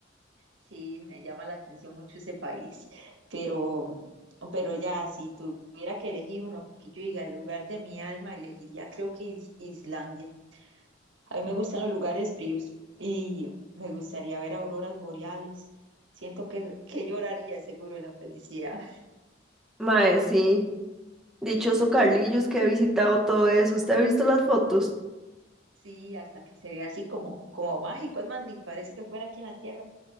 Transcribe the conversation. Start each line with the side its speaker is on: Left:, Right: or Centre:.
Right: Sí, me llama la atención mucho ese país, pero, pero ya, si tuviera que elegir uno que yo diga el lugar de mi alma, elegiría creo que Is- Islandia. A mí me gustan los lugares fríos y me gustaría ver auroras boreales. Siento que, que lloraría seguro en la felicidad.
Centre: mae, sí. Dichoso Carlillos que ha visitado todo eso. ¿Usted ha visto las fotos?
Right: Sí, hasta que se vea así como, como mágico. Es más, ni parece que fuera aquí en la Tierra.